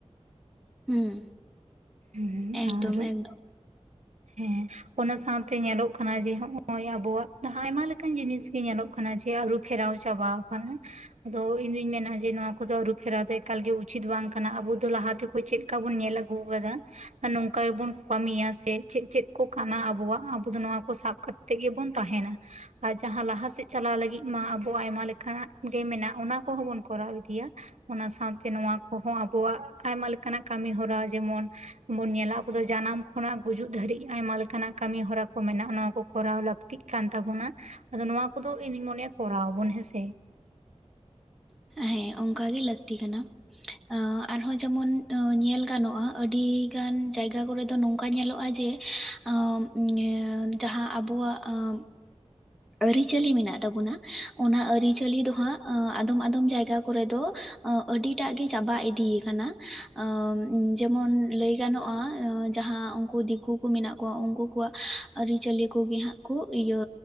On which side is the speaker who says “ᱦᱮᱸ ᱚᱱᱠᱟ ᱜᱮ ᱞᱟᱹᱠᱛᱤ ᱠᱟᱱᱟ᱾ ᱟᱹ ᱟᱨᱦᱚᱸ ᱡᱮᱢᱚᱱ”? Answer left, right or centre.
Centre